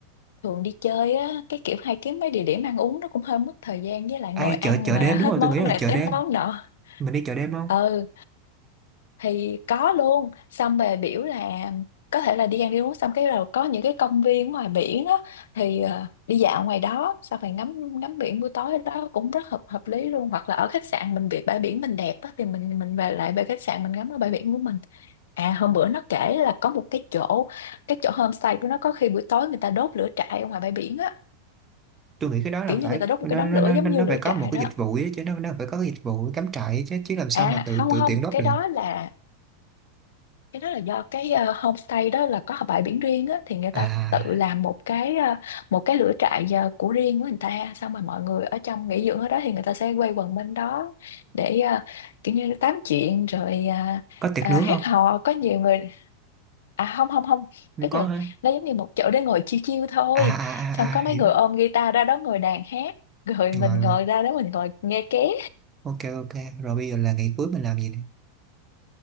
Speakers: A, on the left; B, on the right.
A: thường đi chơi á cái kiểu hay kiếm mấy địa điểm ăn uống nó cũng hơi mất thời gian với lại
B: ai
A: ngồi ăn
B: chợ chợ
A: mà
B: đêm
A: hết
B: đúng rồi
A: món
B: tôi nghĩ là
A: này
B: chợ
A: tới
B: đêm
A: món nọ
B: mình đi chợ đêm không
A: ừ thì có luôn xong về biểu là có thể là đi ăn đi uống xong cái rồi có những cái công viên ngoài biển á thì ờ, đi dạo ngoài đó xong rồi ngắm ngắm biển buổi tối đó cũng rất hợp hợp lý luôn hoặc là ở khách sạn mình bị bãi biển mình đẹp á thì mình mình về lại về khách sạn mình ngắm ở bãi biển của mình à hôm bữa nó kể là có một cái chỗ cái chỗ homestay của nó có khi buổi tối người ta đốt lửa trại ở ngoài bãi biển á
B: tôi nghĩ cái đó là
A: kiểu
B: phải
A: như người ta đốt một
B: nó
A: cái đống
B: nó
A: lửa
B: nó
A: giống
B: nó
A: như
B: nó
A: lửa
B: phải có
A: trại
B: một cái
A: đó
B: dịch vụ ấy, chứ nó nó phải có cái dịch vụ cắm trại ấy chứ chứ làm sao
A: à
B: mà tự
A: không
B: tự
A: không
B: tiện đốt
A: cái
B: được
A: đó là cái đó là do cái ờ, homestay đó là có bãi biển riêng á thì người ta
B: à
A: tự làm một cái ờ, một cái lửa trại ờ, của riêng của người ta xong rồi mọi người ở trong nghỉ dưỡng ở đó thì người ta sẽ quay quần bên đó để ờ, kiểu như tám chuyện rồi ờ,
B: có tiệc
A: ờ,
B: nướng
A: hát
B: không
A: hò có nhiều người À không không không
B: không
A: Tức
B: có
A: là
B: hả
A: nó giống như một chỗ để ngồi chiêu chiêu thôi
B: à à
A: Xong
B: à
A: có mấy
B: à hiểu
A: người ôm guitar ra đó ngồi đàn hát Rồi mình
B: rồi
A: ngồi
B: rồi
A: ra đó mình ngồi nghe ké
B: ok ok rồi bây giờ là ngày cuối mình làm gì nè